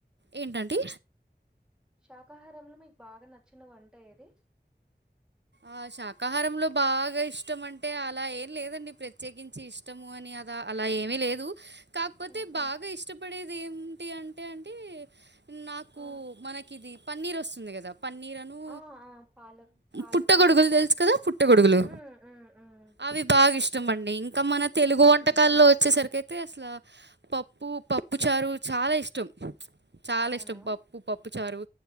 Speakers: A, on the right; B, in the centre.
A: ఏంటండి
B: శాకాహారంలో మీకు బాగా నచ్చిన వంట ఏది
A: ఆ శాకాహారంలో బాగా ఇష్టం అంటే అలా లేదండి ప్రత్యేకించి ఇష్టము అని అద అలా ఏమి లేదు కాకపోతే
B: ఆహా!
A: బాగా ఇష్టపడేది ఏంటి అంటే అంటే నాకు
B: ఆ!
A: మనకి ఇది పన్నీర్ వస్తుంది కదా పన్నీర్ను
B: ఆ! ఆ! పాలక్ పాలతో
A: పుట్ పుట్ట గొడుగులు
B: చేస్తారు.
A: తెలుసు కదా పుట్ట గొడుగులు
B: హ్మ్. హ్మ్. హ్మ్.
A: అవి బాగా ఇష్టం అండి ఇంకా మన తెలుగు వంటకాల్లో
B: హుహు.
A: వచ్చేసరికితే అంటే అసల పప్పు పప్పు చారు చాలా ఇష్టం చాలా
B: అవునా?
A: ఇష్టం పప్పు పప్పు చారు